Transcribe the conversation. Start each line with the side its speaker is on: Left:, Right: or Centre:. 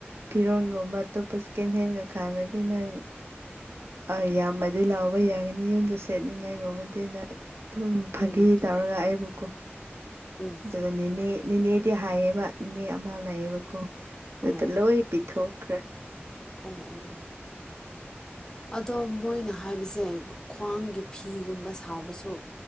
Right: ꯐꯤꯔꯣꯟꯒꯨꯝꯕ ꯑꯇꯣꯞꯄ ꯁꯀꯦꯟ ꯍꯦꯟꯒ ꯈꯥꯜꯗꯤ ꯅꯪ ꯑ ꯌꯥꯝꯃꯗꯤ ꯂꯥꯎꯕ ꯌꯥꯒꯅꯤ ꯌꯨꯝꯗ ꯁꯦꯠꯅꯤꯡꯉꯥꯏꯒꯨꯝꯕꯗꯤꯅ ꯑꯗꯨꯝ ꯐꯥꯒꯤ
Left: ꯎꯝ
Right: ꯇꯧꯔꯒ ꯑꯩꯕꯨꯀꯣ
Left: ꯎꯝ
Right: ꯑꯗꯨ꫰ꯅꯤꯅꯦ ꯅꯤꯅꯦꯗꯤ ꯍꯥꯏꯌꯦꯕ ꯅꯦ ꯑꯃ ꯂꯩꯌꯦꯕꯀꯣ ꯑꯗꯨꯗ
Left: ꯑꯣ
Right: ꯂꯣꯏ ꯄꯤꯊꯣꯛꯈ꯭ꯔꯦ
Left: ꯑꯣ ꯑꯣ ꯑꯣ ꯑꯗꯣ ꯃꯣꯏꯅ ꯍꯥꯏꯕꯁꯦ ꯈ꯭ꯋꯥꯡꯒꯤ ꯐꯤꯒꯨꯝꯕ ꯁꯥꯕꯁꯨ